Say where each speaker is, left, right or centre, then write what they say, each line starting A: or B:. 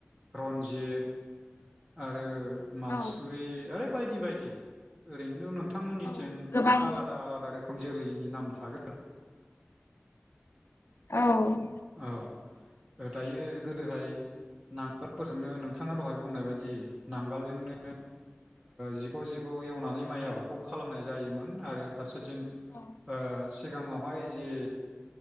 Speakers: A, on the right; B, on the left.
A: रन्जित आरो मासुरि
B: औ
A: आरो बायदि बायदि ओरैनोथ' नं थांमोननिथिं
B: औ गोबां
A: आलादा आलादा रो खोम जोलैनि नाम थागोन।
B: औ
A: औ दायो गोदोहाय नांगोलफोरजोंनो नोंथाङा दहाय बुंनाय बायदि नांगोलजोंनो जिग' जिग' एवनानै माइ आबादखौ खालामनाय जायोमोन आरो फारसे बिथिं
B: औ
A: ओ सिगाङावहाय जे